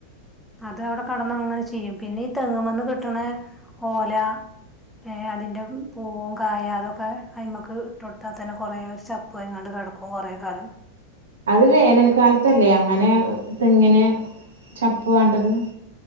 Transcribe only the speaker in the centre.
അത് അവിടെ കടന്ന് അങ്ങനെ ചീയും പിന്നെ ഈ തെങ്ങുമന്ന് കിട്ടണ ഓല ഏ അതിന്റെ പൂവും കായ അതൊക്കെ അയമ്മക്ക് ഇട്ട് കൊടുത്താ തന്നെ കൊറെ ചപ്പ് അയ്ക്കാണ്ട് എടുക്കും കൊറേ കാലം